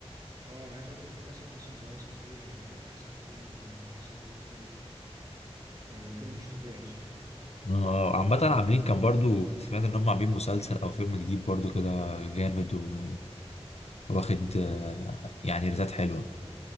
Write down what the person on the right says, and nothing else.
اه انا عايز اقول لك اكتسح اصلا جوائز كتير يعني خد احسن فيلم واحسن مخرج و... آه فيلم مش طبيعي بصراحة